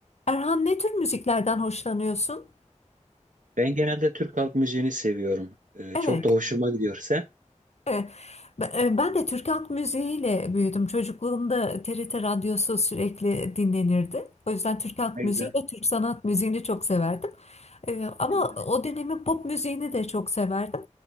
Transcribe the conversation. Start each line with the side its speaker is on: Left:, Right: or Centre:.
Left: Erhan ne tür müziklerden hoşlanıyorsun?
Right: Ben genelde Türk halk müziğini seviyorum. Ee,
Left: Evet.
Right: çok da hoşuma gidiyor. Sen?
Left: E, Ben e, ben de Türk halk müziğiyle büyüdüm. Çocukluğumda TRT radyosu sürekli dinlenirdi. O yüzden Türk halk
Right: Ne
Left: müziği
Right: güzel,
Left: ve Türk sanat müziğini çok severdim. E, Ama
Right: ne güzel.
Left: o dönemin pop müziğini de çok severdim.